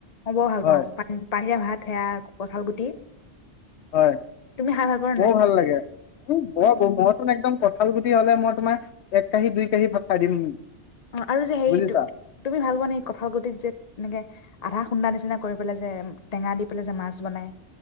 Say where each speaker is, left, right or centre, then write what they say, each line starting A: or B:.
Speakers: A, on the left; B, on the left.
A: অ বৰ ভাল
B: হয়
A: পাওঁ পা পানিয়ীয়া ভাত। এয়া কঠেয়া কঁঠাল গুটি।
B: হয়!
A: তুমি খাই ভাল পোৱা নে
B: মোৰ
A: নাই
B: ভাল লাগে বৰ। অ হোৱাটো নাই। একদম কঁঠাল গুটি হ'লে মই তোমাৰ, এক কাঁহী, দুই কাঁহী ভাত খাই দিম।
A: অ আৰু যে সেই
B: বুজিছা
A: তুমি ভাল পোৱা নে কঠাল গুতিত যে এনেকে। আধা খুন্দা নিচিনা কৰি পেলাই যে টেঙা দি পেলাই যে মাছ বনায়।